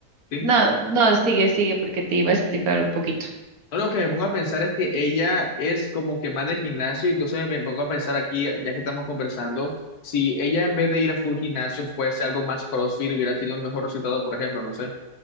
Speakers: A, on the left; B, on the right.
A: sí.
B: no, no, sigue, sigue, porque te iba a explicar un poquito.
A: No, lo que me pongo a pensar es que ella es como que más de gimnasio, y entonces me pongo a pensar aquí, ya que estamos conversando, si ella en vez de ir a full gimnasio fuese algo más CrossFit, hubiera tenido un mejor resultado, por ejemplo, no sé.